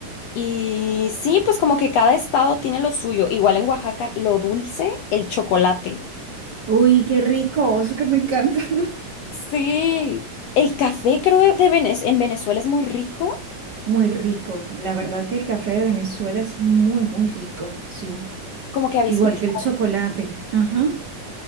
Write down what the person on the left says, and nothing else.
Y sí, pues como que cada estado tiene lo suyo. Igual en Oaxaca, lo dulce, el chocolate.
Sí. El café, creo, de Venez- en Venezuela es muy rico.
Como que había
escuchado.